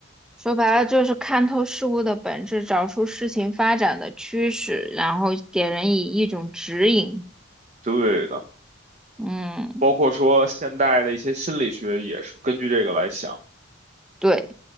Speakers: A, in the centre; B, on the right.
A: 说白了就是看透事物的本质，找出事情发展的趋势，然后给人以一种指引。
B: 对的，
A: 嗯，
B: 包括说现代的一些心理学也是根据这个来想。
A: 对。